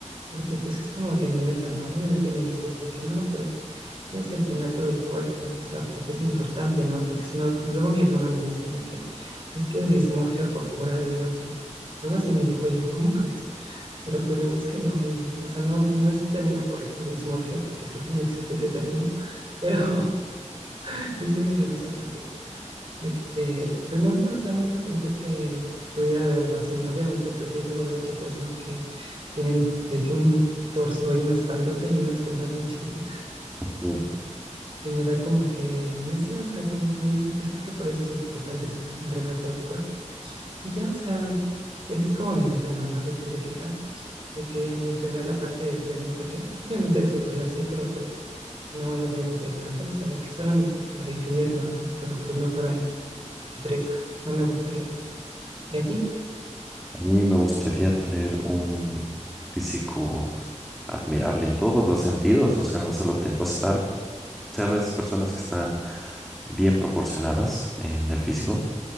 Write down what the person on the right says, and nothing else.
porque pues es como que mi meta, ¿no? Obviamente me dices de que no, pues tienes que entrenar todo el cuerpo, o sea, porque es importante, ¿no? Porque si no, luego mi hermano me dice de que es que es dismorfia corporal, algo así, algo así me dijo yo, ¿cómo crees? pero pues lo busqué, ¿no? Y, o sea, no, no es el término correcto, dismorfia, porque creo que no existe ese término, pero <laughs> y se me dio risa porque, este, pues no sé, o sea, nunca pensé que pudiera haber algo así, ¿no? Obviamente, pues sí, luego veo chicos, ¿no? Que tienen de que un torso y una espaldota y unas piernas bien chiquititas,
y me da como que, no sé, o sea, como que me dice, pues es que por eso es importante entre- entrenar todo el cuerpo. Y ya, o sea, pues es como mi meta, ¿no? Más específica de que entrenar la parte del tren inferior, obviamente el superior sí, pero pues no le voy a meter tanto, o sea, de que solamente para definirlo, ¿no? Pero pues no para que crezca, no me gustaría eso. ¿Y a ti?